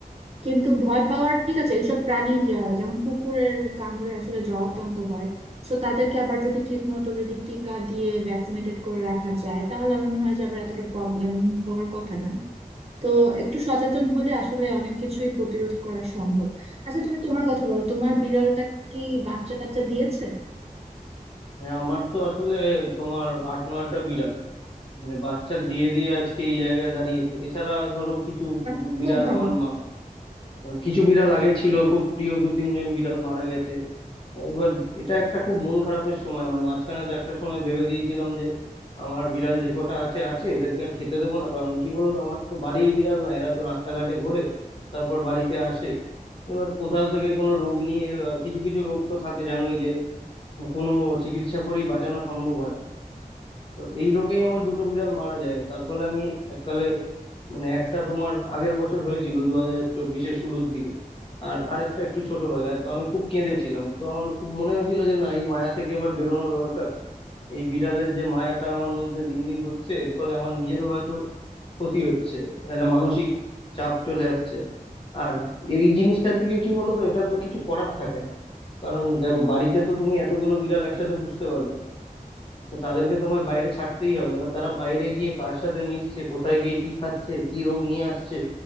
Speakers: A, on the right (about 45°); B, on the left (about 35°).
A: কিন্তু ভয় পাওয়ার ঠিক আছে এইসব প্রাণীর আহ, যেমন কুকুরের কামড়ে আসলে জলাতঙ্ক হয় তো তাদেরকে আবার যদি ঠিক মতো যদি টিকা দিয়ে ভ্যাকসিনেটেড করে রাখা যায় তাহলে আমার মনে হয় যে আবার এতটা প্রবলেম হওয়ার কথা না তো একটু সচেতন হলে আসলে অনেক কিছুই প্রতিরোধ করা সম্ভব আচ্ছা তুমি তোমার কথা বলো তোমার বিড়ালটা কি বাচ্চা টাচ্চা দিয়েছে
B: হ্যাঁ আমার তো আসলে তোমার আট নয়টা বিড়াল মানে বাচ্চা দিয়ে দিয়ে আজকে এই জায়গায় দাঁড়িয়েছে এছাড়া ধরো কিছু
A: বাহ
B: কুকুর- বিড়াল
A: খুব ভালো
B: আমার মা মানে কিছু বিড়াল আগে ছিল খুব প্রিয় দু তিনজন বিড়াল মারা গেছে এবার এটা একটা খুব মন খারাপের সময় মানে মাঝখানে তো একটা সময় ভেবে দিয়েছিলাম যে আমার বিড়াল যে কটা আছে আছে এদেরকে আর খেতে দেবো না কারণ কি বলতো আমার তো বাড়ির বিড়াল না এরা তো রাস্তাঘাটে ঘোরে তারপর বাড়িতে আসে এবার কোথা থেকে কোনো রোগ নিয়ে এলো আর কিছু কিছু রোগ তো থাকে জানোই যে কোনো চিকিৎসা করেই বাঁচানো সম্ভব হয় না। তো এই রোগেই আমার দুটো বিড়াল মারা যায় তার ফলে আমি এককালে মানে একটা তোমার আগের বছর হয়েছিল দু হাজার চব্বিশের শুরুর দিকে আর আরেকটা একটু ছোটবেলায় তো আমি খুব কেঁদেছিলাম তো আমার খুব মনে হয়েছিল যে না এই মায়া থেকে এবার বেরোনো দরকার এই বিড়ালের যে মায়াটা আমার মধ্যে দিন দিন হচ্ছে এর ফলে আমার নিজেরও হয়তো ক্ষতি হচ্ছে একটা মানসিক চাপ চলে আসছে আর এই জিনিসটা থেকে কি বলতো এটা তো কিছু করার থাকে না কারণ দেখো বাড়িতে তো তুমি এতগুলো বিড়াল একসাথে পুষতে পারবে না তো তাদেরকে তোমায় বাইরে ছাড়তেই হবে এবার তারা বাইরে গিয়ে কার সাথে মিশছে কোথায় গিয়ে কি খাচ্ছে কি রোগ নিয়ে আসছে